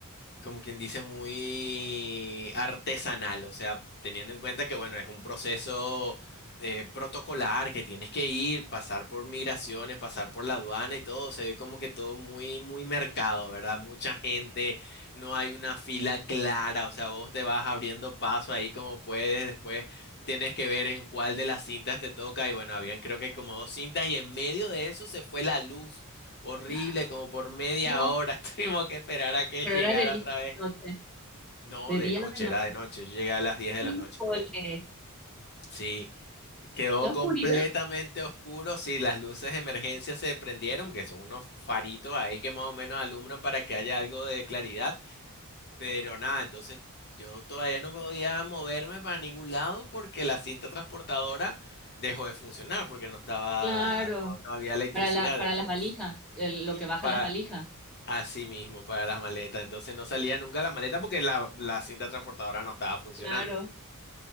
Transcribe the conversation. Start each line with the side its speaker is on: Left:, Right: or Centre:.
Left: como quien dice, muy artesanal, o sea, teniendo en cuenta que, bueno, es un proceso eh, protocolar, que tienes que ir, pasar por migraciones, pasar por la aduana y todo, se ve como que todo muy, muy mercado, ¿verdad? Mucha gente, no hay una fila clara, o sea, vos te vas abriendo paso ahí como puedes, después tienes que ver en cuál de las cintas te toca y bueno, habían creo que como dos cintas y en medio de eso se fue la luz horrible,
Centre: <gasps>
Left: como por media
Centre: Dios,
Left: hora <laughs> tuvimos que esperar a que
Centre: pero
Left: llegara
Centre: era de día
Left: otra vez.
Centre: a la noche,
Left: No,
Centre: de
Left: de
Centre: día
Left: noche,
Centre: a la
Left: era
Centre: noche.
Left: de noche, yo llegué a las 10
Centre: Híjole,
Left: de la noche por ahí. Sí, quedó
Centre: la
Left: completamente
Centre: oscuridad,
Left: oscuro, sí, las luces de emergencia se prendieron, que son unos faritos ahí que más o menos alumbran para que haya algo de claridad, pero nada, entonces yo todavía no podía moverme para ningún lado porque la cinta transportadora dejó de funcionar porque no estaba,
Centre: <laughs> claro,
Left: no, no había electricidad,
Centre: para la, para
Left: entonces,
Centre: las valijas, el- lo que baja
Left: para
Centre: las valijas,
Left: Así mismo, para las maletas. Entonces no salía nunca la maleta porque la, la cinta transportadora no estaba funcionando.
Centre: claro.